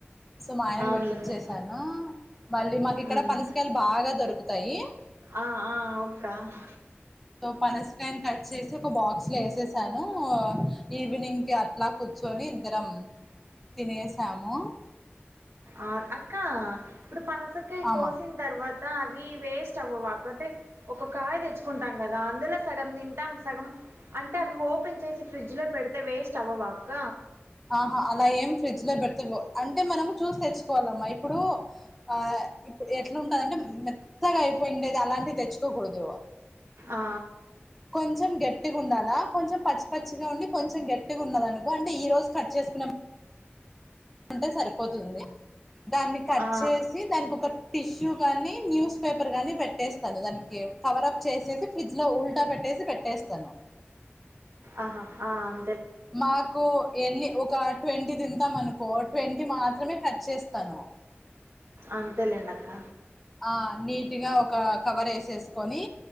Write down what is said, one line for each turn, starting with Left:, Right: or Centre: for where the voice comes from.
Centre: సో మా ఆయనకు
Right: అవునులేండి
Centre: పట్టించసాను మళ్ళీ మాకి ఇక్కడ
Right: ఉమ్
Centre: పనసకాయలు బాగా దొరుకుతాయి
Right: ఆ ఆ అక్క
Centre: సో పనస్కాయని కట్ చేసి ఒక బాక్స్ లో వేసేసాను ఈవినింగ్ కి అట్లా కూర్చో ని ఇద్దరం తినసాము.
Right: ఆ అక్క ఇప్పుడు పనసకాయ
Centre: ఆమా
Right: కోసిన తర్వాత అవి వేస్ట్ అవ్వవాక అంటే ఒక కాయ తెచ్చుకుంటాం కదా అందులో సగం తింటాం సగం అంటే అవి ఓపెన్ చేసి ఫ్రిడ్జ్లో పెడితే వేస్ట్ అవ్వవ అక్క
Centre: ఆహా అలా ఏం ఫ్రిడ్జ్ లో పెడితే అంటే మనము చూసి తెచ్చుకోవాలమ్మా ఇప్పుడు ఆ ఇప్పుడు ఎట్లాంటదంటే మెత్తగా అయిపోయిండేది అలాంటివి తెచ్చుకోకూడదు.
Right: ఆ
Centre: కొంచెం గట్టిగా ఉండాలి. అ కొంచెం పచ్చి పచ్చిగా ఉండి కొంచెం గట్టిగా ఉన్నదనుకో అంటే ఈ రోజు కట్ చేసుకున్న కుంటే సరిపోతుంది దాన్ని కట్
Right: ఆ!
Centre: చేసి దానికి ఒక టిష్యూ గానీ న్యూస్ పేపర్ గానీ పెట్టేస్తాను దానికి కవర్ అప్ చేసేసి ఫ్రిడ్జ్ లో ఉల్టా పెట్టేసి పెట్టేస్తా స్తను
Right: ఆహా ఆ అ
Centre: మాకు ఎరికె ఒక ట్వంటీ తింటాం అనుకో ట్వంటీ మాత్రమే కట్ చేస్తాను.
Right: అంతేలేండి అక్క
Centre: ఆ నీట్ గా ఒక కవర్ వేసేసుకొని